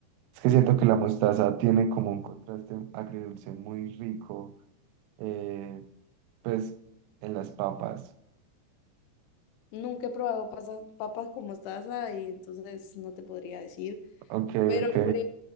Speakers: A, on the right; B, on the left.
A: Es que siento que la mostaza tiene como un contraste agridulce muy rico, eh, pues en las papas.
B: Nunca he probado pasa- papas con mostaza y entonces no te podría decir,
A: Ok,
B: pero
A: ok,
B: pues